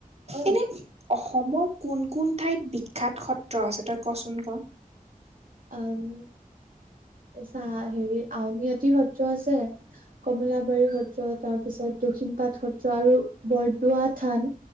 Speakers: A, on the right (about 70°); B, on the right (about 45°).
A: অ
B: এনে অসমৰ কোন কোন ঠাইত বিখ্যাত সত্ৰ আছে তই কচোন ক?
A: উম, চা হেৰি আউনীআতি সত্ৰ আছে কমলাবাৰী সত্ৰ, তাৰ পিছত দক্ষিণ পাট সত্ৰ, আৰু বৰদোৱা থান।